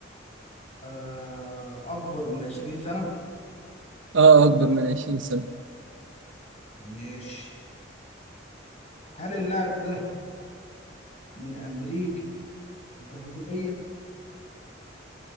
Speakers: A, on the left (about 35°); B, on the right (about 75°).
A: آه أكبر من 20 سنة؟
B: اه اكبر من 20 سنة
A: ماشي هل اللاعب ده من أمريكا الجنوبية؟